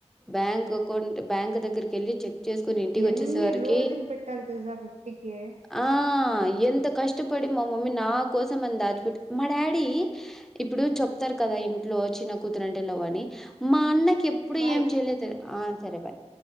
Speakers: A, in the centre; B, on the right (about 65°).
A: బ్యాంక్ అకౌంట్ బ్యాంక్ దగ్గరకి వెళ్లి చెక్సుకుని ఇంటికి వచ్చేసరికి
B: అన్ని రోజులు పెట్టారు తెలుసా ఫిఫ్టీకి
A: ఆ ఎంత కష్టపడి మా మమ్మీ నా కోసం అంత దాచి మా డాడీ ఇప్పుడు చెప్తారు కదా ఇంట్లో చిన్న కూతురంటేలో అని మా అన్న ఎప్పుడు
B: బాయ్
A: ఏం చేయలేదు ఆ సరే బాయ్